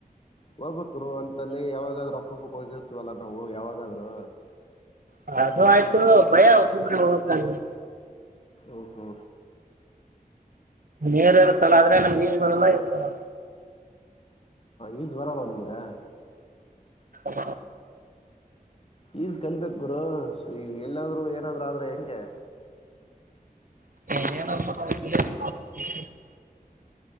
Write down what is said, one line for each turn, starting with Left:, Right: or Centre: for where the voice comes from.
Left: ಹೋಗ್ಬೇಕಕ್ರು ಅಂತಲ್ಲಿ ಯಾವಾಗಾದ್ರು ಅಪರೂಪಕ್ಕೆ ಹೋಗಿರ್ತವಲ್ಲ ನಾವು ಯಾವಾಗಾದ್ರು
Right: ಅ ಅದು ಆಯ್ತು ಭಯ ಒಬ್ಬೊಬ್ರ ಹೋಗಾಕ್ಕ ಅಲ್ಲಿ
Left: ಓಹೋ
Right: ನೀರು ಇರುತ್ತಲ್ಲ ಆದ್ರೆ ನಮ್ಗೆನ್ ಈಜು ಬರಲ್ಲ ಏನು ಬರಲ್ಲ
Left: ಈಜು ಬರಲ್ವಾ ನಿಮಗೆ
Right: <inaudible>
Left: ಈಜು ಕಲಿಬೇಕು ಗುರು ಎಲ್ಲಾದ್ರು ಏನಾದ್ರು ಆದ್ರೆ ಹೆಂಗೆ.
Right: <unintelligible>